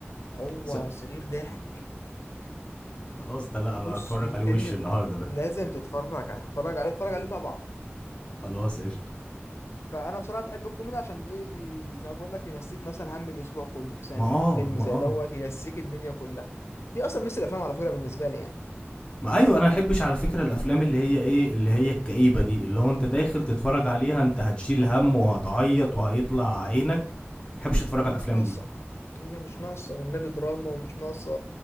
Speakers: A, on the left; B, on the left.
A: هو
B: بس
A: صريخ ضحك
B: خلاص ده لا
A: بص
B: انا هتفرج
A: الفيلم
B: عليه وش النهارده ده
A: لازم تتفرج عليه تتفرج عليه تتفرج عليه طبعا
B: خلاص قشطة
A: فانا بصراحه بحب الكوميدي عشان ايه بي... زي ما بقول لك ينسيك مثلا هم الاسبوع كله في ثانيه
B: ما اه
A: فيلم
B: ما
A: زي
B: اه
A: دوت ينسيك الدنيا كلها دي اصلا مثل الافلام على فكره بالنسبه لي يعني
B: ما ايوه انا ما احبش على فكرة الافلام اللي هي ايه اللي هي الكئيبة دي اللي هو انت داخل تتفرج عليها انت هتشيل هم وهتعيط وهيطلع عينك ما احبش
A: هي
B: اتفرج على
A: مش
B: الافلام
A: ناقصة
B: دي
A: هي مش ناقصة والنبي دراما ومش ناقصة